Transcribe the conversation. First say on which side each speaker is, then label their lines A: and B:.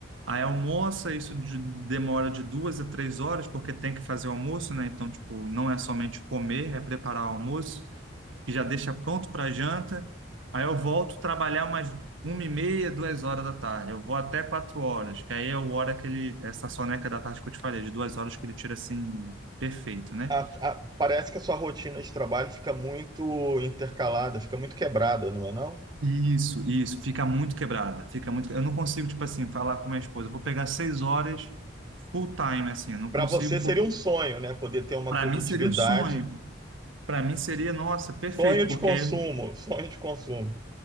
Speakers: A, on the right (about 85°); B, on the right (about 20°).
A: Aí almoça, isso de- demora de duas a três horas, porque tem que fazer o almoço, né? Então, tipo, não é somente comer, é preparar o almoço, que já deixa pronto para janta. Aí eu volto trabalhar umas uma e meia, duas horas da tarde. Eu vou até quatro horas, que aí é o hora que ele, essa soneca da tarde que eu te falei, de duas horas que ele tira assim, perfeito, né?
B: a- a- parece que a sua rotina de trabalho fica muito intercalada, fica muito quebrada, não é não?
A: Isso, isso, fica muito quebrada, fica muito. Eu não consigo, tipo assim, falar com minha esposa, eu vou pegar seis horas full time, assim, eu não
B: Para
A: consigo,
B: você seria
A: porque
B: um sonho, né? Poder ter uma
A: para
B: produtividade,
A: mim seria um sonho, para mim seria, nossa, perfeito,
B: sonho de
A: porque
B: consumo,
A: aí eu-
B: <laughs> sonho de consumo.